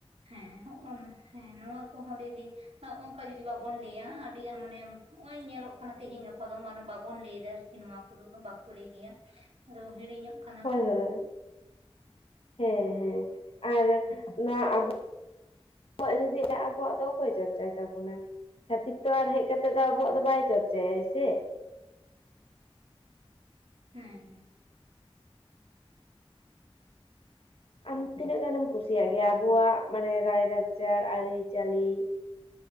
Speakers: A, on the right; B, on the left.
A: ᱦᱮᱸ ᱦᱚᱸᱜ-ᱚ ᱦᱮᱸ ᱱᱚᱣᱟ ᱠᱚᱦᱚᱸ ᱞᱟᱹᱭᱫᱟᱹᱧ ᱱᱚᱜ-ᱚᱠᱟ ᱡᱩᱫᱤ ᱡᱩᱫᱤ ᱵᱟᱵᱚᱱ ᱞᱟᱹᱭᱟ ᱟᱹᱰᱤ ᱢᱟᱱᱮ ᱱᱚᱜᱚᱭ ᱧᱮᱞᱚᱜ ᱠᱟᱱᱟ ᱛᱮᱦᱤᱧ ᱜᱟᱯᱟ ᱫᱚ ᱢᱟᱱᱮ ᱵᱟᱵᱚᱱ ᱞᱟᱹᱭᱮᱫᱟ ᱟᱨᱠᱤ ᱱᱚᱣᱟ ᱠᱚᱫᱚ ᱵᱟᱠᱚ ᱞᱟᱹᱭ ᱜᱮᱭᱟ ᱟᱫᱚ ᱦᱤᱲᱤᱧᱚᱜ ᱠᱟ
B: ᱦᱳᱭ ᱦᱳᱭ ᱦᱮᱸ ᱦᱮᱸ ᱟᱨ ᱱᱚᱣᱟ ᱟᱵᱚ ᱟᱵᱚᱣᱟᱜ ᱡᱩᱫᱤ ᱛᱟᱦᱚᱞᱮ ᱟᱵᱚᱣᱟᱜ ᱫᱚ ᱚᱠᱚᱭ ᱪᱚᱨᱪᱟᱭ ᱛᱟᱵᱚᱱᱟᱭ ᱪᱷᱟᱛᱤᱠ ᱛᱚ ᱟᱨ ᱦᱮᱡ ᱠᱟᱛᱮᱜ ᱫᱚ ᱟᱵᱚᱣᱟᱜ ᱫᱚ ᱵᱟᱭ ᱪᱚᱨᱪᱟᱭᱟᱭ ᱥᱮ
A: ᱦᱩᱸ
B: ᱟᱨ ᱛᱤᱱᱟᱹᱜ ᱜᱟᱱᱮᱢ ᱠᱩᱥᱤᱭᱟᱜ ᱜᱮᱭᱟ ᱟᱵᱚᱣᱟᱜ ᱢᱟᱱᱮ ᱨᱟᱭᱞᱟᱠᱪᱟᱨ ᱟᱹᱨᱤ ᱪᱟᱹᱞᱤ